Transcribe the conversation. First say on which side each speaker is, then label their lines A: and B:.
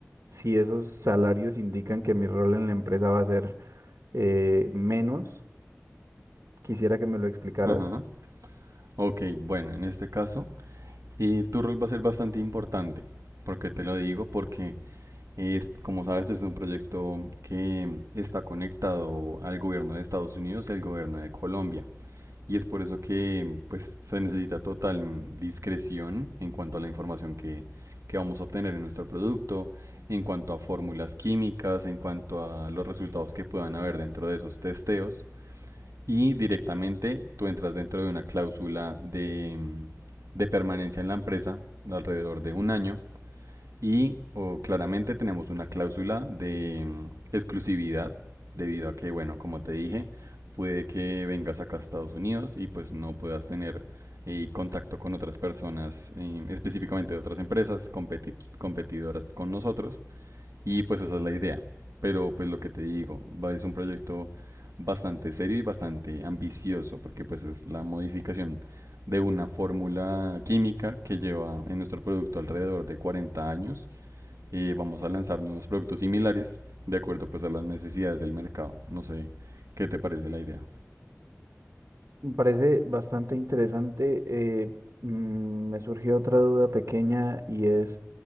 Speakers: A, on the right (about 70°); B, on the right (about 85°).
A: si esos salarios indican que mi rol en la empresa va a ser eh, menos Quisiera que me lo explicaras.
B: Ajá. Ok, bueno, en este caso, eh, tu rol va a ser bastante importante. ¿Por qué te lo digo? Porque, es, como sabes, este es un proyecto que está conectado al gobierno de Estados Unidos y al gobierno de Colombia. Y es por eso que pues, se necesita total discreción en cuanto a la información que, que vamos a obtener en nuestro producto, en cuanto a fórmulas químicas, en cuanto a los resultados que puedan haber dentro de esos testeos. Y directamente tú entras dentro de una cláusula de, de permanencia en la empresa de alrededor de un año y o, claramente tenemos una cláusula de mm, exclusividad, debido a que, bueno, como te dije, puede que vengas acá a Estados Unidos y pues no puedas tener eh, contacto con otras personas, eh, específicamente de otras empresas competi- competidoras con nosotros. Y pues esa es la idea. Pero pues lo que te digo, va- es un proyecto bastante serio y bastante ambicioso, porque pues es la modificación de una fórmula química que lleva en nuestro producto alrededor de cuarenta años eh, vamos a lanzar nuevos productos similares de acuerdo pues a las necesidades del mercado. No sé, ¿qué te parece la idea?
A: Me parece bastante interesante. eh, mm, me surgió otra duda pequeña y es